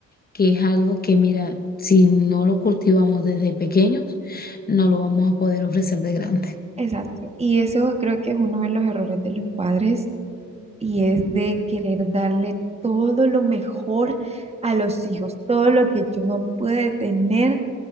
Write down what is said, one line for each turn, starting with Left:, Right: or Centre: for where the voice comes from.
Left: que es algo que, mira, si no lo cultivamos desde pequeños, no lo vamos a poder ofrecer de grande.
Right: exacto. Y eso creo que es uno de los errores de los padres y es de querer darle todo lo mejor a los hijos, todo lo que yo no pude tener,